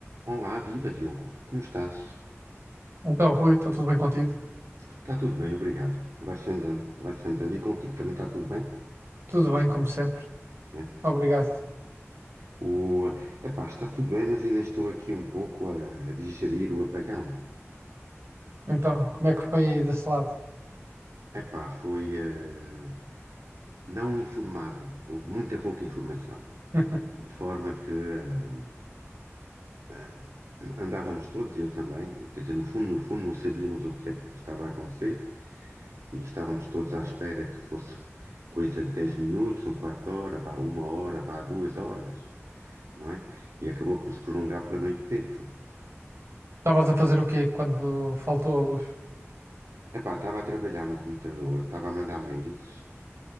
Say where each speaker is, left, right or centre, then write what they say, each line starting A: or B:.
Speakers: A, on the right (about 80°); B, on the right (about 60°).
A: Olá, viva Diogo, como estás?
B: Então, Rui, está tudo bem contigo?
A: Está tudo bem, obrigado. Vai-se andando, vai-se andando. E contigo também está tudo bem?
B: Tudo bem, como sempre.
A: É.
B: Obrigado.
A: O, epá, está tudo bem, mas ainda estou aqui um pouco a, a digerir o apagão.
B: Então, como é que foi aí desse lado?
A: Epá, foi eh, não informado, houve muita pouca informação,
B: <laughs>
A: de forma que eh, eh, andávamos todos, e eu também, quer dizer, no fundo, no fundo, não sabíamos o que é que estava a acontecer e estávamos todos à espera que fosse coisa de 10 minutos, um quarto de hora, vá uma hora, vá duas horas, não é? E acabou por se prolongar pela noite dentro.
B: Estavas a fazer o quê quando faltou a luz?
A: Epá, estava a trabalhar no computador, estava a mandar mails.